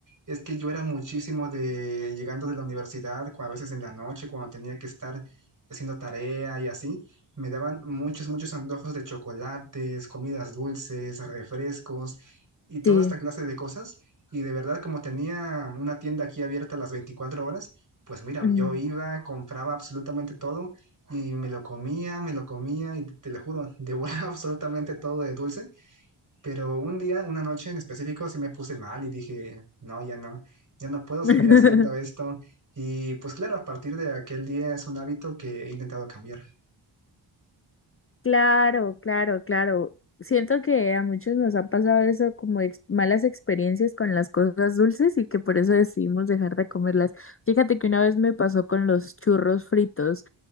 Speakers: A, on the right; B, on the left.
A: Es que yo era muchísimo de llegando de la universidad, cu- a veces en la noche, cuando tenía que estar haciendo tarea y así, me daban muchos, muchos antojos de chocolates, comidas dulces, refrescos y toda
B: Sí.
A: esta clase de cosas. Y de verdad, como tenía una tienda aquí abierta las 24 horas, pues mira,
B: Mm.
A: yo iba, compraba absolutamente todo y me lo comía, me lo comía y te, te lo juro, devoraba <laughs> absolutamente todo de dulce. Pero un día, una noche en específico, sí me puse mal y dije, no, ya no, ya no puedo seguir
B: <laughs>
A: haciendo esto. Y pues claro, a partir de aquel día es un hábito que he intentado cambiar.
B: Claro, claro, claro. Siento que a muchos nos ha pasado eso como ex- malas experiencias con las cosas dulces y que por eso decidimos dejar de comerlas. Fíjate que una vez me pasó con los churros fritos.